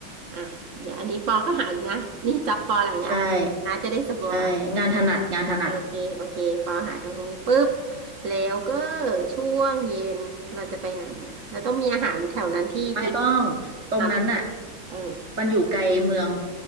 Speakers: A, on the right; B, on the right.
A: อ่ะเดี๋ยวอันนี้ปอก็หาอีกนะนี่จับปอหลายงานแล้วนะจะได้สบาย
B: ใช่ใช่งานถนัดงานถนัด
A: โอเคโอเคปอหาตรงนี้ปุ๊บแล้วก็ช่วงเย็นเราจะไปไหนอ่ะเราต้องมีอาหารแถวนั้นที่ฮิต
B: ไม่ต้องตรงนั้นน่ะ
A: น้ำไม่ต้องเออ
B: มันอยู่ไกลเมือง